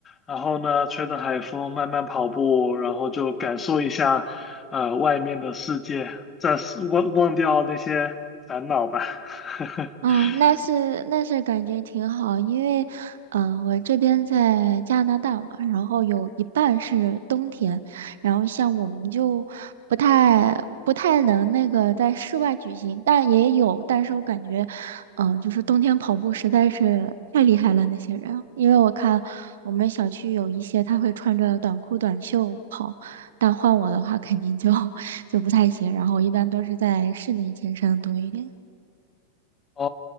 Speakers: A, on the left; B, on the right.
A: 然后呢，吹着海风慢慢跑步，然后就感受一下，呃，外面的世界，暂时忘忘掉那些。烦恼吧。<laughs>
B: 嗯，那是那是感觉挺好，因为，嗯、我这边在加拿大嘛，然后有一半是冬天，然后像我们就不太不太能那个在室外举行，但也有，但是我感觉，嗯、就是冬天跑步实在是太厉害了那些人，因为我看我们小区有一些他会穿着短裤短袖跑，但换我的话肯定就 <laughs> 就不太行，然后我一般都是在室内健身多一点。
A: 哦